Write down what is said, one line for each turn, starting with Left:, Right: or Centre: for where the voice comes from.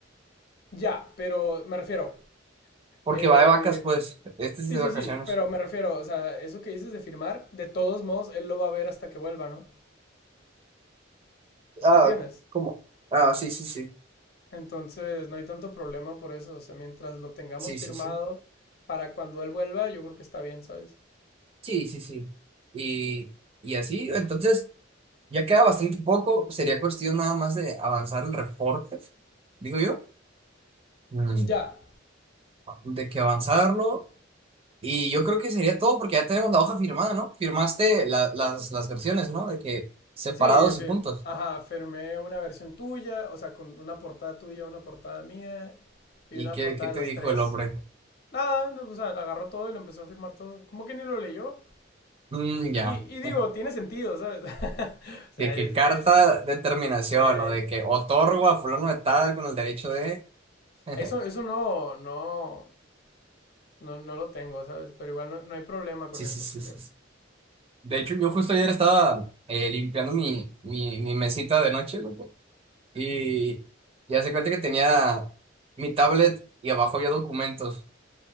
Left: Ya, pero me refiero,
Right: Porque
Left: eh,
Right: va de vacas, pues, este
Left: sí,
Right: es de
Left: sí,
Right: vacaciones.
Left: sí, pero me refiero, o sea, eso que dices de firmar, de todos modos, él lo va a ver hasta que vuelva, ¿no?
Right: Ah,
Left: ¿Me entiendes?
Right: ¿cómo? Ah, sí, sí, sí.
Left: Entonces, no hay tanto problema por eso, o sea, mientras lo tengamos
Right: Sí,
Left: firmado
Right: sí, sí.
Left: para cuando él vuelva, yo creo que está bien, ¿sabes?
Right: Sí, sí, sí. Y, y así, entonces, ya queda bastante poco. Sería cuestión nada más de avanzar el reporte, digo yo. Mm.
Left: Ya,
Right: De que avanzarlo. Y yo creo que sería todo porque ya tenemos la hoja firmada, ¿no? Firmaste la- las, las versiones, ¿no? De que separados
Left: Sí, fir-
Right: y juntos.
Left: ajá, firmé una versión tuya, o sea, con una portada tuya, una portada mía y
Right: ¿Y
Left: una
Right: qué,
Left: portada
Right: qué te
Left: de las
Right: dijo
Left: tres.
Right: el hombre?
Left: Nada, no, o sea, agarró todo y lo empezó a firmar todo. Como que ni lo leyó.
Right: Mm, ya.
Left: Y, y digo,
Right: <laughs>
Left: tiene sentido, ¿sabes? <laughs> O sea,
Right: De que
Left: es,
Right: carta
Left: es,
Right: de terminación
Left: eh,
Right: o de que otorgo a fulano de tal con el derecho de... <laughs>
Left: eso, eso no, no, no, no lo tengo, ¿sabes? Pero igual no, no hay problema con
Right: Sí,
Left: eso,
Right: sí, sí,
Left: creo.
Right: sí. sí. De hecho, yo justo ayer estaba eh, limpiando mi, mi, mi mesita de noche, loco, y ya se cuenta que tenía mi tablet y abajo había documentos.